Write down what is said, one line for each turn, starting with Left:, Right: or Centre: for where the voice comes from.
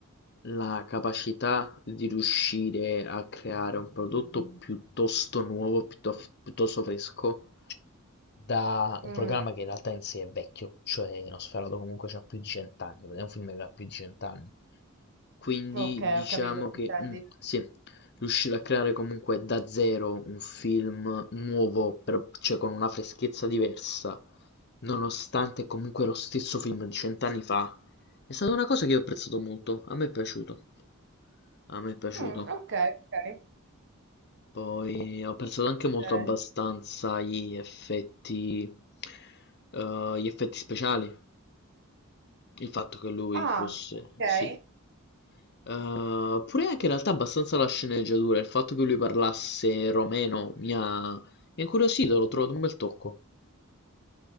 Left: la capacità di riuscire a creare un prodotto piuttosto nuovo, piuttof- piuttosto fresco, da
Right: Mm,
Left: un programma che in realtà in sé è vecchio, cioè Nosferatu comunque ha più di cent'anni, è un film che ha più di cent'anni. Quindi
Right: ok,
Left: diciamo
Right: ho capito che
Left: che
Right: intendi.
Left: mm, sì, Riusciva a creare comunque da zero un film nuovo, però cioè con una freschezza diversa, nonostante comunque lo stesso film di cent'anni fa. È stata una cosa che io ho apprezzato molto, a me è piaciuto, a me è piaciuto.
Right: Mm, ok, ok.
Left: Poi ho apprezzato anche molto
Right: ok.
Left: abbastanza gli effetti, eh, gli effetti speciali, il fatto che lui
Right: Ah,
Left: fosse,
Right: ok.
Left: sì. Eh, pure anche in realtà abbastanza la sceneggiatura, il fatto che lui parlasse romeno mi ha, mi ha incuriosito, l'ho trovato un bel tocco.